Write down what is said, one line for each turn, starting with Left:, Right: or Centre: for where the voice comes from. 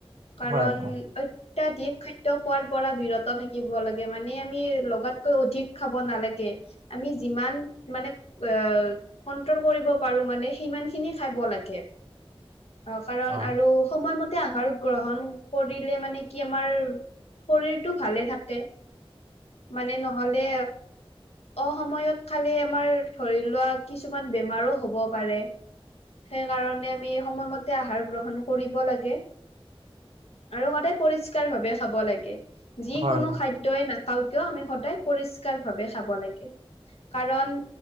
Left: কাৰণ
Right: হয় হয়
Left: অত্যাধিক খাদ্য খোৱাৰ পৰা বিৰত থাকিব লাগে মানে আমি লগাতকৈ অধিক খাব নালাগে আমি যিমান মানে অ', কণ্ট্ৰল কণ্ট্ৰল কৰিব পাৰোঁ মানে সিমানখিনি খাব লাগে, কাৰণ
Right: অ
Left: আৰু সময়মতে আহাৰ গ্ৰহণ কৰিলে মানে কি আমাৰ শৰীৰটো ভালে থাকে মানে ন নহ'লে অসময়ত খালে আমাৰ ধৰি লোৱা কিছু কিছুমান বেমাৰো হ'ব পাৰে, সেইকাৰণে আমি সময়মতে আহাৰ গ্ৰহণ কৰিব লাগে। আৰু সদায় পৰিস্কাৰ ভাৱে খাব লাগে যিকোনো
Right: হয়
Left: খাদ্যই না নাখাওঁ কিয় আমি সদায় পৰিষ্কাৰ ভাৱে খাব লাগে কাৰণ